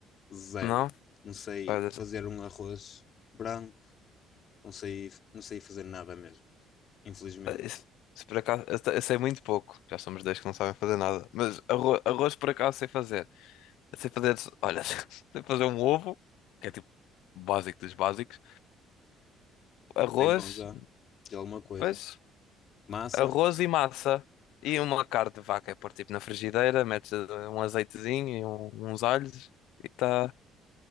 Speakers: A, on the left (about 40°); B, on the left (about 75°).
A: Zero.
B: Não?
A: Não sei
B: Olha, se,
A: fazer um arroz branco, não sei, não sei fazer nada mesmo, infelizmente.
B: eh, se- se por acaso. Eu, te- eu sei muito pouco. Já somos dois que não sabem fazer nada. Mas arroz, arroz por acaso sei fazer. Eu sei fazer. Olha, <laughs> sei fazer um ovo, que é tipo básico dos básicos. Arroz,
A: Bem bom já, de alguma coisa.
B: pois.
A: Massa,
B: arroz e massa e uma carne de vaca. É pôr tipo na frigideira, metes eh, um azeitezinho e um- uns alhos e está